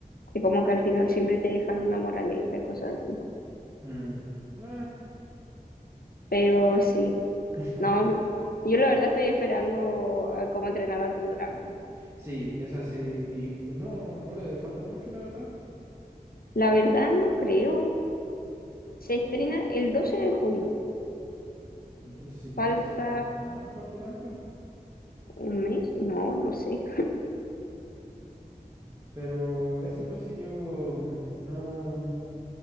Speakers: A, on the left; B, on the right.
A: que como que al final siempre te dejan una moraleja y cosas así.
B: mm. Meh.
A: Pero sí.
B: <laughs>
A: No, yo la verdad estoy esperando a cómo entrenar a tu dragón.
B: Sí, esa sí. Y no, no le debe faltar mucho, la verdad.
A: La verdad no creo. Se estrena el 12 de junio.
B: El doce. el
A: Falta
B: 12. No, no falta tanto.
A: un mes, no, no sé.
B: Pero eso, pues sí, yo mm, no,